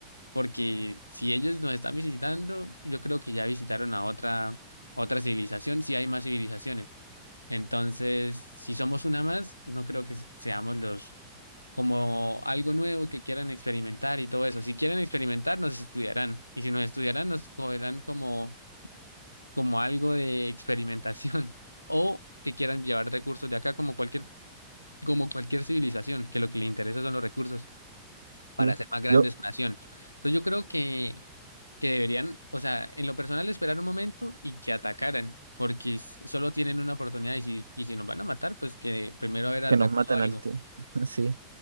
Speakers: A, on the left (about 85°); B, on the right (about 80°).
A: porque si ellos nos están visitando, yo creo que ya visitaron a otra, otra civilización, si hay más civilizaciones. Entonces, si somos una más, no creo que se- seamos los como algo nuevo que quieran experimentar y todo eso. Si quieren experimentar, nos estudiarán. Y si nos estudiarán, nos cogerán como, como algo de experimentación. <laughs> O que quieran llevar recursos de acá como cualquier, como cualquier civilización, que lo que le interesa son los recursos para
B: Sí.
A: hacer más grande
B: Yo,
A: su nación. Entonces yo creo que, que deberían, o sea, en lo personal esperar un momento y que atacaran, porque s- solo tienen una oportunidad y si, y si nos van a matar, pues que primero haber atacado
B: que nos matan
A: algo.
B: al ti <laughs> sí